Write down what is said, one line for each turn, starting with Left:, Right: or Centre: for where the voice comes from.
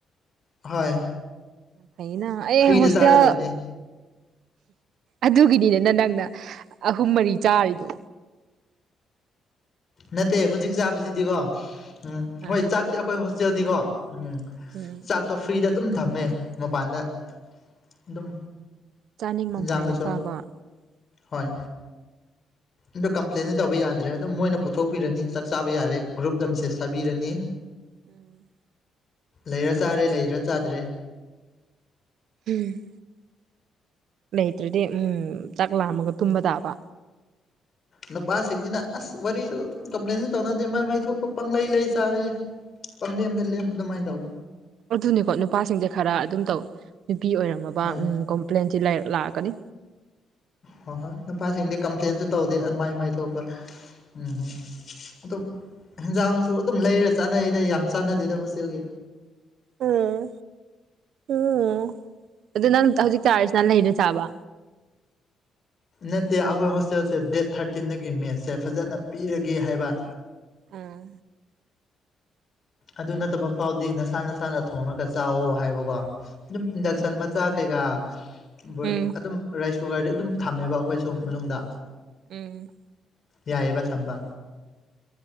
Left: ꯍꯣꯏ
Right: ꯐꯏꯅ ꯑꯩ
Left: ꯐ꯭ꯔꯤꯗ
Right: ꯍꯣꯁꯇꯦꯜ
Left: ꯆꯥꯔꯗꯣꯏꯅꯦ
Right: ꯑꯗꯨꯒꯤꯅꯤꯗꯅ ꯅꯪꯅ ꯑꯍꯨꯝ ꯃꯔꯤ ꯆꯥꯔꯤꯗꯣ
Left: ꯅꯠꯇꯦ ꯍꯧꯖꯤꯛ ꯆꯥꯕꯁꯤꯗꯤꯀꯣ ꯎꯝ
Right: ꯑꯥ
Left: ꯍꯣꯏ ꯆꯥꯛꯇꯦ ꯑꯩꯈꯣꯏ ꯍꯣꯁꯇꯦꯜꯗꯤꯀꯣ ꯎꯝ
Right: ꯎꯝ
Left: ꯆꯥꯛꯇꯣ ꯐ꯭ꯔꯤꯗ ꯑꯗꯨꯝ ꯊꯝꯃꯦ ꯃꯄꯥꯟꯗ ꯑꯗꯨꯝ
Right: ꯆꯥꯅꯤꯡꯃꯝ
Left: ꯏꯟꯖꯥꯡꯗꯁꯨ
Right: ꯍꯥꯏꯅ ꯆꯥꯕ
Left: ꯍꯣꯏ
Right: ꯎꯝ
Left: ꯑꯗꯣ ꯀꯝꯄ꯭ꯂꯦꯟꯗꯤ ꯇꯧꯕ ꯌꯥꯗ꯭ꯔꯦ ꯑꯗꯨꯝ ꯃꯣꯏꯅ ꯄꯨꯊꯣꯛꯄꯤꯔꯅꯤ ꯆꯥꯛ ꯆꯥꯕ ꯌꯥꯔꯦ ꯒ꯭ꯔꯨꯞ ꯂꯝꯁꯦ ꯊꯥꯕꯤꯔꯅꯤ
Right: ꯎꯝ
Left: ꯂꯩꯔ ꯆꯥꯔꯦ ꯂꯩꯗ꯭ꯔ ꯆꯥꯗ꯭ꯔꯦ
Right: ꯎꯝ ꯂꯩꯇ꯭ꯔꯗꯤ ꯎꯝ ꯆꯥꯛ ꯂꯥꯝꯃꯒ ꯇꯨꯝꯕ ꯇꯥꯕ
Left: ꯅꯨꯄꯥꯁꯤꯡꯁꯤꯅ ꯑꯁ ꯋꯥꯔꯤꯁꯨ ꯀꯝꯄ꯭ꯂꯦꯟꯁꯨ ꯇꯧꯅꯗꯦ ꯃꯥꯏ ꯃꯥꯏ ꯊꯣꯛꯄ ꯄꯪꯂꯩ ꯂꯩ ꯆꯥ ꯄꯪꯗꯤꯦ ꯑꯝꯗ ꯂ ꯑꯗꯨꯃꯥꯏꯅ ꯇꯧꯋꯦ
Right: ꯑꯗꯨꯅꯤꯀꯣ ꯅꯨꯄꯥꯁꯤꯡꯁꯦ ꯈꯔ ꯑꯗꯨꯝ ꯇꯧ ꯅꯨꯄꯤ ꯑꯣꯏꯔꯝꯃꯕ
Left: ꯑꯥ
Right: ꯎ ꯄ꯭ꯂꯦꯟꯁꯤ ꯂꯥꯛꯑꯒꯅꯤ
Left: ꯍꯣꯏ ꯍꯣꯏ ꯅꯨꯄꯥꯁꯤꯡꯗꯤ ꯀꯝꯄ꯭ꯂꯦꯟꯁꯨ ꯇꯧꯗꯦ ꯃꯥꯏ ꯃꯥꯏ ꯊꯣꯛꯄ ꯎꯝ ꯑꯗꯨꯝ ꯍꯟꯖꯥꯡꯁꯨ ꯑꯗꯨꯝ ꯂꯩꯔꯦ ꯆꯠꯅꯩꯗ ꯌꯥꯝ ꯆꯥꯟꯅꯗꯦꯗ ꯍꯣꯁꯇꯦꯜꯒꯤ
Right: ꯎꯝ ꯎꯝ ꯑꯗꯨ ꯅꯪ ꯍꯧꯖꯤꯛ ꯆꯥꯔꯤꯁꯤ ꯅ ꯂꯩꯗ ꯆꯥꯕ
Left: ꯅꯠꯇꯦ ꯑꯩꯈꯣꯏ ꯍꯣꯁꯇꯦꯜꯁꯦ ꯗꯦꯠ ꯊꯥꯔꯇꯤꯟꯗꯒꯤ ꯃꯦꯠꯁꯦ ꯐꯖꯅ ꯄꯤꯔꯒꯦ ꯍꯥꯏꯕ
Right: ꯎꯝ
Left: ꯑꯗꯨ ꯅꯠꯇꯕ ꯐꯥꯎꯗꯤ ꯅꯁꯥ ꯅꯁꯥꯅ ꯊꯣꯡꯉꯒ ꯆꯥꯋꯣ ꯍꯥꯏꯕꯀꯣ ꯑꯗꯨꯝ ꯏꯟꯗꯛꯁꯟ ꯃꯆꯥ ꯀꯩꯀꯥ
Right: ꯎꯝ
Left: ꯣꯏ ꯑꯗꯨꯝ ꯔꯥꯏꯁ ꯀꯨꯀꯔꯗꯤ ꯑꯗꯨꯝ ꯊꯝꯃꯦꯕ ꯑꯩꯈꯣꯏꯁꯨ ꯃꯅꯨꯡꯗ
Right: ꯎꯝ
Left: ꯌꯥꯏꯑꯦꯕ ꯊꯝꯕ